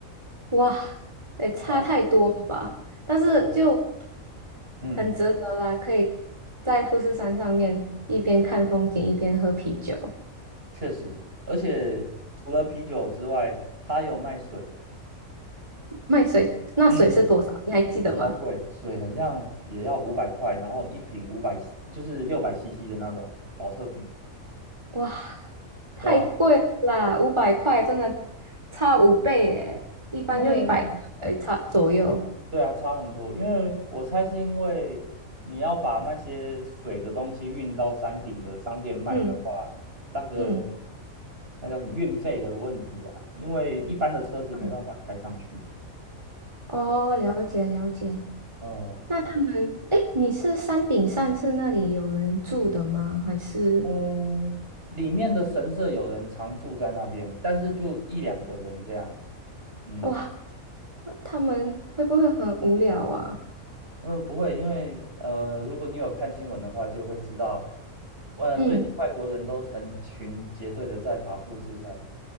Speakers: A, on the right (about 20°); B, on the right (about 45°).
A: 哇，也差太多了吧？
B: 啊，
A: 但是就
B: 哦，嗯，
A: 很值得啦，可以在富士山上面一边看风景一边喝啤酒。
B: 确实，而且除了啤酒之外，它有卖水，
A: 卖水，那水是多少？
B: 嗯，
A: 你还记得吗？
B: 水超贵，水很像也要五百块，然后一瓶五百，就是六百 CC 的那种保特瓶，
A: 哇，太贵了啦，
B: 对吧？
A: 五百块真的差五倍耶，一般就一百块而已差左右。
B: 因为对啊，差很多，因为我猜是因为你要把那些水的东西运到山顶的商店卖的话，
A: 嗯
B: 那个
A: 嗯
B: 那叫什么运费的问题啊，因为一般的车子没办法开上去。
A: 嗯，哦，了解了解。
B: 嗯，
A: 那他们，诶，你是山顶上是那里有人住的吗？还是？
B: 哦，里面的神社有人常住在那边，但是就一两个人这样。嗯
A: 哇？他们会不会很无聊啊？
B: 嗯，不会，因为呃，如果你有看新闻的话，就会知道，呃，
A: 嗯，
B: 最近外国人都成群结队的在爬富士山。